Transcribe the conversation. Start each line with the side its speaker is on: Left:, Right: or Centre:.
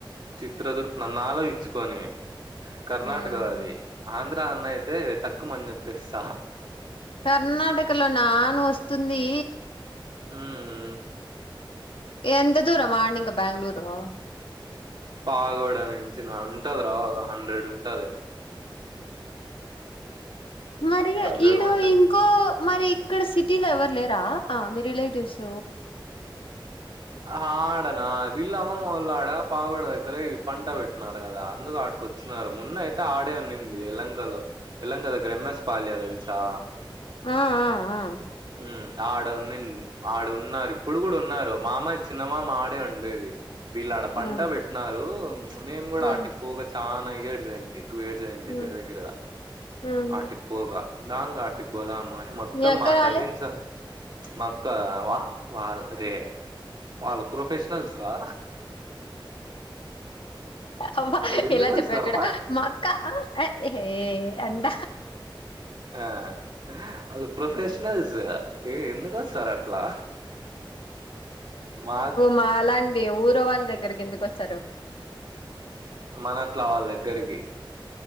Right: చిత్రదుర్గ నన్నాలోచించుకోని కర్ణాటక
Left: మ్
Right: అది ఆంధ్రా అన్న అయితే టక్కుమని చెప్పేస్తా
Left: కర్ణాటకలోన నువ్వు వస్తుంది
Right: ఉమ్
Left: ఎంత దూరం అడ్నింక బెంగుళూరు
Right: పాగోడ నుంచి నా ఉంటది రా ఒక హండ్రెడ్ ఉంటది
Left: మరి
Right: హండ్రెడ్
Left: ఈడో
Right: వన్ టెన్
Left: ఇంకో మరి ఇక్కడ సిటీలో ఎవరు లేరా అ మీ రిలేటివ్స్
Right: ఆడనా వీళ్ళ అమ్మమ్మ వాళ్ళు ఆడ పావగడ దగ్గర పంట పెట్టిన్నారు కదా అందుకు ఆ కొచ్చునారు ముందు అయితే ఆడే ఉన్నింది ఎల్లంకలో ఎల్లంకలో దగ్గర ఎమ్మెస్పాల్య తెలుసా
Left: ఆ ఆ ఆ
Right: ఉ ఆడ ఉన్నింది ఆడ ఉన్నారు ఇప్పుడు కూడా ఉన్నారు మామ చిన్నమామాడే ఉండేది వీళ్ళు ఆడ పంట
Left: ఆ
Right: పెట్టినారు మేము కూడా
Left: మ్ మ్
Right: వాటికి పోగా చానా ఇయర్స్ అయింది టూ ఇయర్సయింది దగ్గర
Left: మ్
Right: దగ్గరగా
Left: మ్
Right: ఆటికి పోగా నాన్ ఆటికి పోదాము కాని మొత్తం
Left: మీ అక్క
Right: మా
Left: రాలే
Right: కజిన్స్ అం మక్క వా వాల్ రే వాళ్ళు ప్రొఫెషనల్స్ రా
Left: అమ్మా
Right: ఆళ్ళెందుకొస్తార్రా?
Left: ఎలా చెప్పా చూడా మా అక్కా అహే అంట
Right: ఆ వాళ్లు ప్రొఫెషనల్స్ ఎ ఎందుకు సార్ అట్లా మా
Left: మాలాంటి ఊరి వాళ్ళ దగ్గరకి ఎందుకు వస్తారు
Right: మన అట్లా వాళ్ళ దగ్గరికి